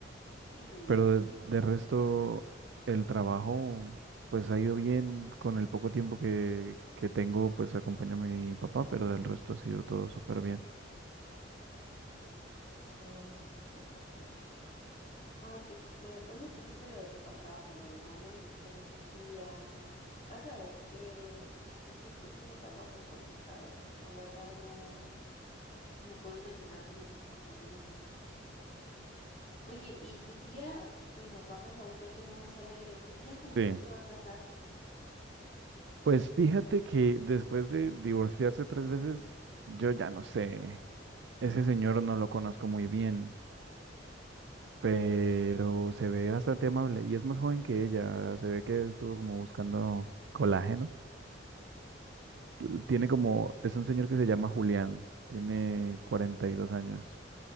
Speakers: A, on the left; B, on the right.
A: Sí,
B: Pero
A: sí
B: de,
A: supuse
B: de resto,
A: es que...
B: el trabajo pues ha ido bien con el poco tiempo que, que tengo, pues acompaño a mi papá, pero del resto ha sido todo súper bien.
A: Ay, no puede ser. Ay, pues me pone triste lo de tu papá, pero le mando mi mejor energía, Vas a ver, eh, pues es que es una etapa muy complicada. La verdad no, no puedo imaginar por lo que están pidiendo. Oye, y tu tía, bueno, vamos a otro tema más alegre. ¿Tu tía con quién
B: Sí.
A: se va a casar?
B: Pues fíjate que después de divorciarse tres veces, yo ya no sé. Ese señor no lo conozco muy bien, pero se ve bastante amable y es más joven que ella. Se ve que estuvo como buscando colágeno. L- Tiene como, es un señor que se llama Julián, tiene 42 años.